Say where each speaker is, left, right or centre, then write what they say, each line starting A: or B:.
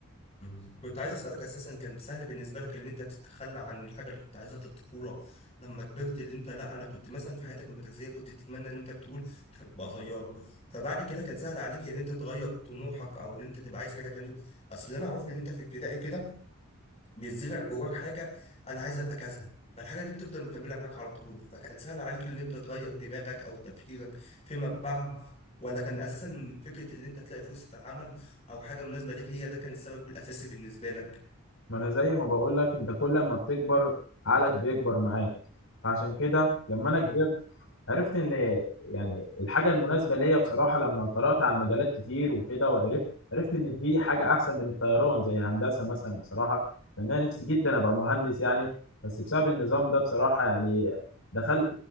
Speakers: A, on the left; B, on the left.
A: مم. كنت عايز اسالك اساسا كان سهل بالنسبه لك ان انت تتخلى عن الحاجه اللي كنت عايزها في الطفوله لما كبرت اللي انت لا انا كنت مثلا في حياتك المدرسيه كنت تتمنى ان انت بتقول تبقى طيار فبعد كده كان سهل عليك ان انت تغير طموحك او ان انت تبقى عايز حاجه تانيه اصل انا عارف ان انت في ابتدائي كده بيزرع جواك حاجه انا عايز ابقى كذا فالحاجه دي بتفضل مكمله معاك على طول فكان سهل عليك ان انت تغير دماغك او تفكيرك فيما بعد ولا كان اساسا فكره ان انت تلاقي فرصه عمل او حاجه مناسبه ليك هي ده كان السبب الاساسي بالنسبه لك
B: ما انا زي ما بقول لك انت كل ما بتكبر عقلك بيكبر معاك فعشان كده لما انا
A: مم.
B: كبرت عرفت ان يعني الحاجه المناسبه ليا بصراحه لما قرات عن مجالات كتير وكده وعرفت عرفت ان في حاجه احسن من الطيران زي هندسه مثلا بصراحه لان انا نفسي جدا ابقى مهندس يعني بس بسبب النظام ده بصراحه يعني دخلت